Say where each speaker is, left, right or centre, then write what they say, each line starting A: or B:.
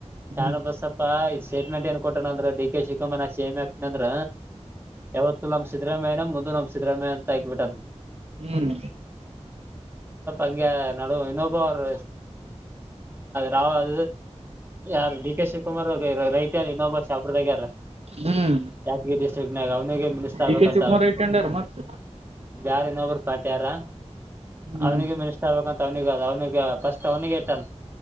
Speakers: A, on the right; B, on the right.
A: ಶಾಣ
B: ಹ್ಮ್
A: ಬಸಪ್ಪ ಇ ಸ್ಟೇಟ್ಮೆಂಟ್ ಏನ್ ಕೊಟ್ಟಣ ಅ್ರ ಡಿ ಕೆ ಶಕುಮಾರ್ೇಮ್ ಆಗ್ತನ ಅ್ರ ಯಾವತ್ತು ನಮ್ ಸರಾಮಯ್ಯ ನ ಸಿಿದ್ರಾಮ ಅಂತ ಇಕ್ ಬಟನ್
B: ಹ್ಮ್
A: ಅಂ್ಯ ನಡುುವ ಇನೋಬ ಅವರು ರಾವ್ ಅ ಯಾರು ಡಿ ಕೆ ಶಿವಕುಮಾರ್ ರೈತ ವಿನೋಬಾ ಶಪ್ರದ ಗಾರ
B: ಹ್ಮ್
A: ಜಾತಿಗೆ ದಿಸನಾಗ ಅವನಿಗೆ ಮುಿನಿಸ್ತಾಬೇಕಂತ
B: ಡಿ ಕೆ ಶಿವಕುಮಾರ್
A: ಅದ
B: ಇಟ್ಕೊಂಡಾರ ಮತ್
A: ಯಾರ ಇನ್ನೊಬ್ರು ಪಾಠ್ಯ ಯಾರ
B: ಹ್ಮ್
A: ಅವ್ನಿಗೆ ಮಿನಿಸ್ಟರ್ ಆಗ್ಬೇಕಂತ ಅವ್ನಿಿಗೆ ಅವ್ನಿಿಗೆ ಫಸ್ಟ್ ಅವ್ನಿಿಗೆ ಟನ್